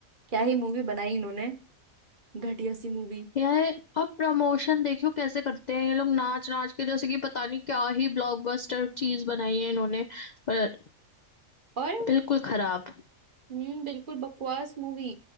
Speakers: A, on the right; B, on the left.
A: क्या ही मूवी बनाई इन्होंने घटिया सी मूवी
B: यार अब प्रमोशन देखियो कैसे करते हैं ये लोग नाच नाच के जैसे कि पता नहीं क्या ही ब्लॉकबस्टर चीज बनाई है इन्होंने पर
A: और
B: बिल्कुल खराब
A: हम्म बिल्कुल बकवास मूवी